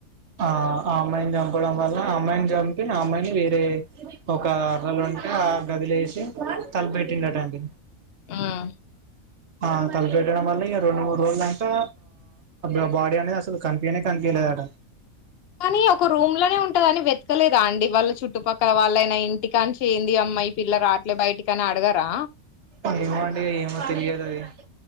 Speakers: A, on the right; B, on the left.
A: ఆ ఆ అమ్మాయిని చంపడం వల్ల ఆ అమ్మాయిని చంపి ఆ అమ్మాయిని వేరే ఒక అర్రలు ఉంటే ఆ గదిలే వేసి తలుపెట్టిండటండి
B: ఆమ్
A: ఆ తలపెట్టడం వల్ల ఈ రెండు, మూడు రోజుల ఐతే ఆ బాడీ అనేది అసలు కనిపినే కనిపీలేదట
B: కానీ ఒక రూమ్ లోనే ఉంటదని వెతకలేదా అండి వాళ్ళ చుట్టుపక్కల వాళ్ళయినా ఇంటి కాని ఏందీ అమ్మాయి పిల్ల రాట్లే బయటకి తన అడగరా
A: ఏమో అండి, ఏమో తెలియదు అది